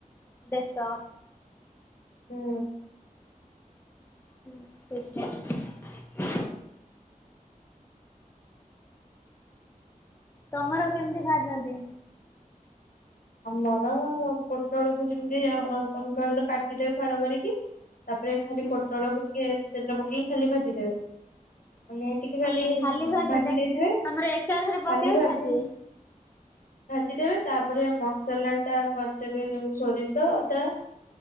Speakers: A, on the left; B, on the left.
A: ଦେଶ।
B: ହୁଁ।
A: ହ ସେସ ତମର କେମତି ଭାଜନ୍ତି?
B: ଆମର ପୋଟଳକୁୁ ଯିମିତି ଆ ତମେ କହିଲ କାଟିଦଉ ଫାଳ କରିକି। ତାପରେ ଖାଲି
A: ହୁଁ।
B: ପୋଟଳକୁ ଟିକେ ତେଲ ପକେଇକି ଖାଲି ଭାଜିଦେବେ। ମାନେ ଟିକ ଟିକେ
A: ଓହୋ
B: ଖାଲି
A: ଭାଜନ୍ତି
B: ଭାଜି ଦେଇଥିବେ।
A: ଆମର ଏକାଥରେ ପକେଇବେ
B: ଖାଲି ଭାଜି।
A: ଭାଜିବେ।
B: ଭାଜିଦେବେ ତାପରେ ମସ ମସଲା ଟା କରିଦେବେ ଯୋଉ ସୋରିଷ ଅଦା।